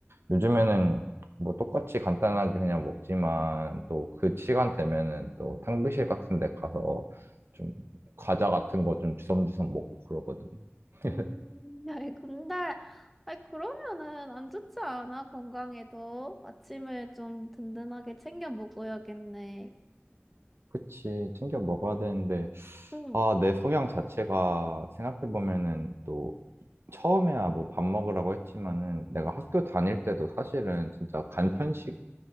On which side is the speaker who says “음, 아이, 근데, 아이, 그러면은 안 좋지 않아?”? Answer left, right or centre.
Centre